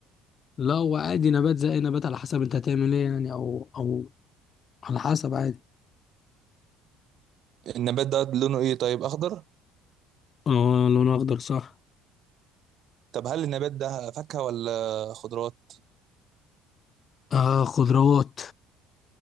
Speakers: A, on the left (about 45°); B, on the right (about 55°).
A: لا هو عادي نبات زي اي نبات على حسب انت هتعمل ايه يعني او او على حسب عادي
B: النبات ده لونه ايه طيب اخضر
A: اه لونه اخضر صح
B: طب هل النبات ده فاكهة ولا خضروات
A: آه خضروات